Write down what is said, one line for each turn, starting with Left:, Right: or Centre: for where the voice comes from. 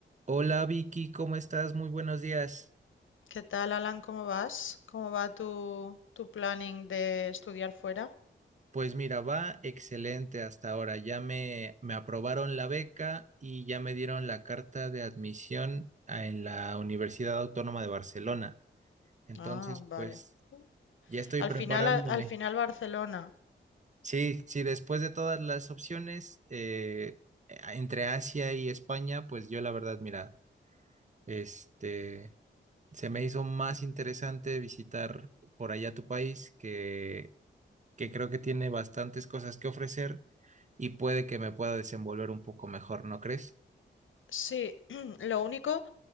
Right: Hola Vicky, ¿cómo estás? Muy buenos días.
Left: ¿Qué tal, Alan? ¿Cómo vas? ¿Cómo va tu, tu planning de estudiar fuera?
Right: Pues mira, va excelente hasta ahora. Ya me, me aprobaron la beca y ya me dieron la carta de admisión a- en la Universidad Autónoma de Barcelona. Entonces,
Left: Ah, vale.
Right: pues
Left: Uh.
Right: ya estoy
Left: Al
Right: preparándome.
Left: final, a- al final Barcelona.
Right: Sí, sí, después de todas las opciones eh, entre Asia y España, pues yo la verdad, mira, este, se me hizo más interesante visitar por allá tu país que que creo que tiene bastantes cosas que ofrecer y puede que me pueda desenvolver un poco mejor, ¿no crees?
Left: Sí, <clears throat> lo único,